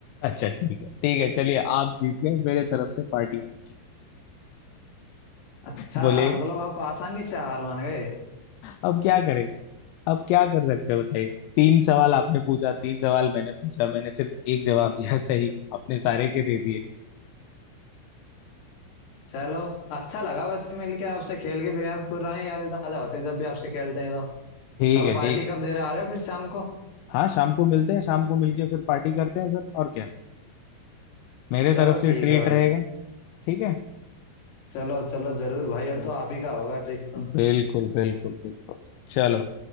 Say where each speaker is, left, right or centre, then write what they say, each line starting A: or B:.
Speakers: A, on the left; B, on the left.
A: अच्छा ठीक है ठीक है चलिए आप जीत गए मेरे तरफ से पार्टी आपकी
B: अच्छा
A: बोले
B: मतलब आप आसानी से हार मान गए
A: अब क्या करें अब क्या कर सकते हैं बताइए तीन सवाल आपने पूछा तीन सवाल मैंने पूछा मैंने सिर्फ एक जवाब दिया सही आपने सारे के दे दिए
B: चलो अच्छा लगा वैसे मिलके आपसे खेल के भी यार पुरानी यादें ताजा होती हैं जब भी आपसे खेलते हैं तो
A: ठीक
B: चलो
A: है
B: पार्टी
A: ठीक है
B: कब दे रहे आ रहे हो फिर शाम को
A: हाँ शाम को मिलते हैं शाम को मिलके फिर पार्टी करते हैं फिर और क्या मेरे
B: चलो
A: तरफ से
B: ठीक
A: ट्रीट
B: है भाई
A: रहेगा ठीक है
B: चलो चलो जरूर भाई
A: चलो
B: अब तो आप ही का होगा ट्रीट तो
A: बिल्कुल बिल्कुल बिल्कुल चलो